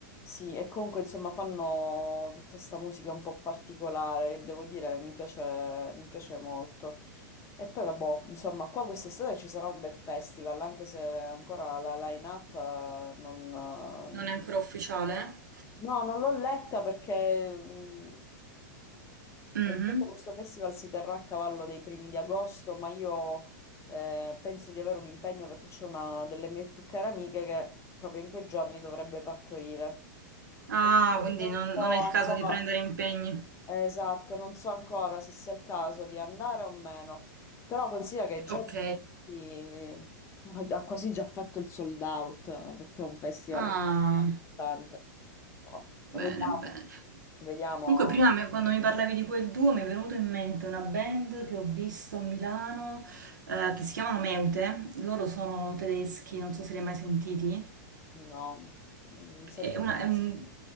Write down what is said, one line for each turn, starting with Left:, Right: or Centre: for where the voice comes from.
Left: Sì, e comunque insomma fanno tutta sta musica un po' particolare, che devo dire mi piace, mi piace molto. E poi vabbè, insomma, qua quest'estate ci sarà un bel festival, anche se ancora la line-up eh, non,
Right: Non è ancora ufficiale?
Left: No, non l'ho letta perché mh,
Right: Mhm.
Left: praticamente questo festival si terrà a cavallo dei primi di agosto, ma io eh, penso di avere un impegno perché c'è una delle mie più care amiche che proprio in quei giorni dovrebbe partorire.
Right: Ah,
Left: E quindi
Right: quindi
Left: non
Right: non,
Left: so
Right: non è il
Left: ancora,
Right: caso di prendere impegni.
Left: eh, esatto, non so ancora se sia il caso di andare o meno, però considera che già
Right: Ok.
Left: eh, ha quasi già fatto il sold out eh, perché è un festival
Right: Ah,
Left: Tanto. No. Vediamo,
Right: bene, bene.
Left: vediamo.
Right: Comunque, prima me- quando mi parlavi di quel duo mi è venuto in mente una band che ho visto a Milano eh, che si chiamano Meute. Loro sono tedeschi, non so se li hai mai sentiti.
Left: No, mi sa
Right: È
Left: di
Right: una-
Left: no.
Right: è un-